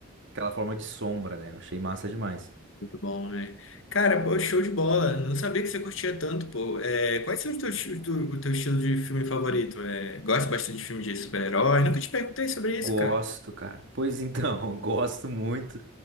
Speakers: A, on the right (about 55°); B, on the left (about 60°).
A: aquela forma de sombra, né? Eu achei massa demais.
B: Muito bom, né? Cara, pô, show de bola. Não sabia que você curtia tanto, pô. É, quais são os teus, os tu- o teu estilo de filme favorito? É, gosta bastante de filme de super-herói? Nunca te perguntei sobre
A: Gosto,
B: isso, cara.
A: cara. Pois então, <laughs> gosto muito.